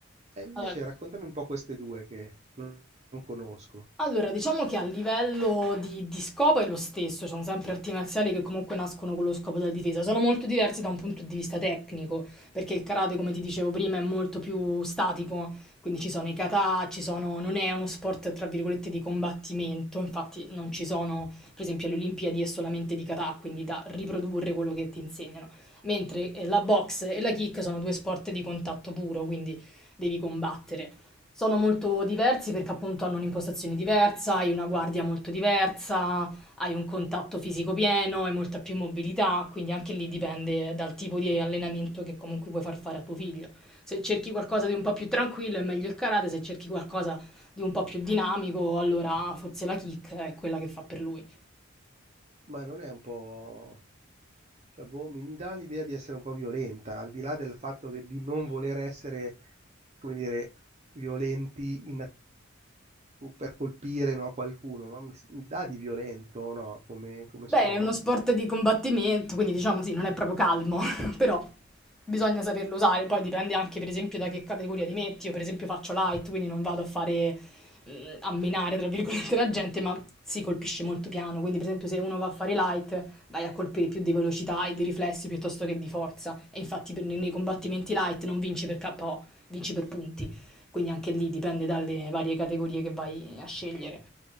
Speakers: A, on the right; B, in the centre.
A: E invece
B: Allora
A: raccontami un po' queste due che non non conosco.
B: Allora, diciamo che a livello di, di scopo è lo stesso, sono sempre arti marziali che comunque nascono con lo scopo della difesa, sono molto diversi da un punto di vista tecnico, perché il karate, come ti dicevo prima, è molto più statico, quindi ci sono i kata, ci sono, non è uno sport tra virgolette di combattimento, infatti non ci sono, per esempio alle Olimpiadi è solamente di kata, quindi da riprodurre quello che ti insegnano, mentre eh, la box e la kick sono due sport di contatto puro, quindi devi combattere. Sono molto diversi perché appunto hanno un'impostazione diversa, hai una guardia molto diversa, hai un contatto fisico pieno, hai molta più mobilità, quindi anche lì dipende dal tipo di allenamento che comunque vuoi far fare a tuo figlio. Se cerchi qualcosa di un po' più tranquillo è meglio il karate, se cerchi qualcosa di un po' più dinamico, allora forse la kick è quella che fa per lui.
A: Ma non è un po'... cioè, boh, mi, mi dà l'idea di essere un po' violenta, al di là del fatto che di non voler essere, come dire, violenti in- per colpire, no, qualcuno, ma mi, mi dà di violento, no, come, come
B: Beh,
A: sport.
B: è uno sport di combattimento, quindi diciamo sì, non è proprio calmo, <laughs> però bisogna saperlo usare. Poi dipende anche, per esempio, da che categoria ti metti. Io, per esempio, faccio light, quindi non vado a fare mm, a minare, tra virgolette, la gente, ma si colpisce molto piano. Quindi, per esempio, se uno va a fare light, vai a colpire più di velocità e di riflessi piuttosto che di forza. E infatti, per- nei combattimenti light non vinci per KO, vinci per punti. Quindi anche lì dipende dalle varie categorie che vai a scegliere.